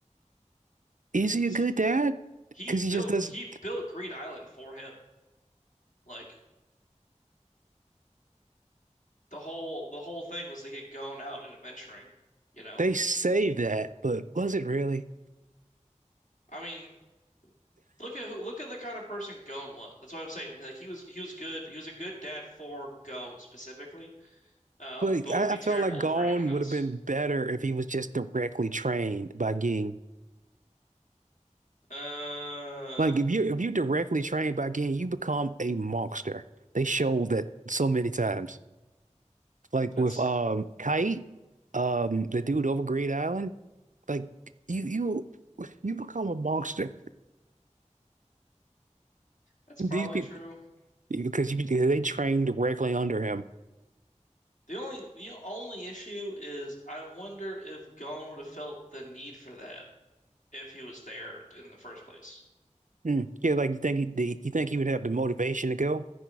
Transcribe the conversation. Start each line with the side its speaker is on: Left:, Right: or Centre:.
Right: Is he a
Left: See,
Right: good dad?
Left: he
Right: Because he
Left: built
Right: just doesn't.
Left: he built Greed Island for him. Like the whole the whole thing was to get Gon out and adventuring, you know.
Right: They say that, but was it really?
Left: I mean, look at who look at the kind of person Gon was. That's what I'm saying. Like he was he was good. He was a good dad for Gon specifically, um,
Right: But
Left: but
Right: I,
Left: would be
Right: I felt
Left: terrible
Right: like Gone
Left: for anyone else.
Right: would have been better if he was just directly trained by Ging.
Left: Uh,
Right: Like if you if you directly trained by Ging, you become a monster. They showed that so many times. Like
Left: that's
Right: with um Kite, um the dude over Great Island. Like you you you become a monster. <laughs>
Left: that's
Right: These
Left: probably
Right: people
Left: true.
Right: because you they train directly under him.
Left: The only the only issue is I wonder if Gon would have felt the need for that if he was there in the first place.
Right: Mm. Yeah, like you think he, the, you think he would have the motivation to go?